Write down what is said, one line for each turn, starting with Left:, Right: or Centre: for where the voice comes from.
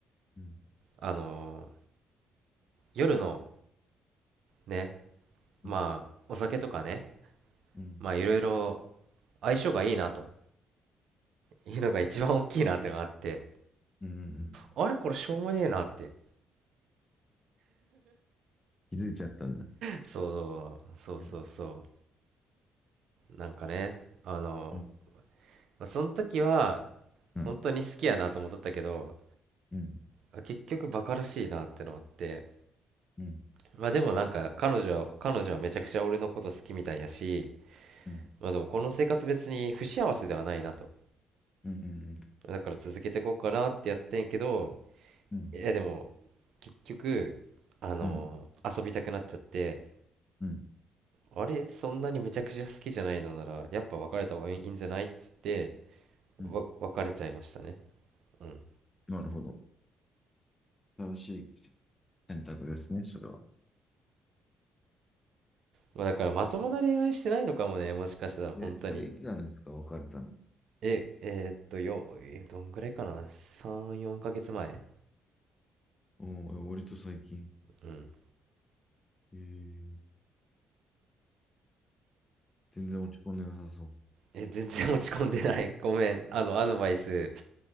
Left: うん、うん、
Right: あの夜のね、
Left: うん、
Right: まあ、お酒とかね、
Left: うん、
Right: まあ、いろいろ相性がいいなというのが一番大きいなってのがあって、
Left: うん、うん。
Right: あれこれしょうもねえなって。
Left: 気づいちゃったんだ。
Right: そう、そうそうそ
Left: うん、
Right: う。なんかね、あの、
Left: うん、
Right: まあ、その時は
Left: うん、
Right: 本当に好きやなと思っとったけど、
Left: うん、
Right: あ結局バカらしいなってのあって、
Left: うん、
Right: まあでもなんか彼女、彼女はめちゃくちゃ俺のこと好きみたいやし、
Left: うん、
Right: まあでもこの生活別に不幸せではないなと。
Left: うん、うん、
Right: だから続けてこうかなってやってんけど、
Left: うん、
Right: え、でも結局あの遊びたくなっちゃって
Left: うん、うん、
Right: あれそんなにめちゃくちゃ好きじゃないのならやっぱ別れた方がいいんじゃないっつって
Left: うん。
Right: わ別れちゃいましたねうん
Left: なるほど。正しい選択ですね、それは。
Right: まあだからまともな恋愛してないのかもねもしかしたら本当に
Left: で、それいつなんですか、別れたの。
Right: ええーっとよえどんぐらいかな34ヶ月前
Left: うん、割と最近。
Right: うん
Left: えー、全然落ち込んでなさそう。
Right: え全然落ち込んでない <laughs> ごめんあのアドバイス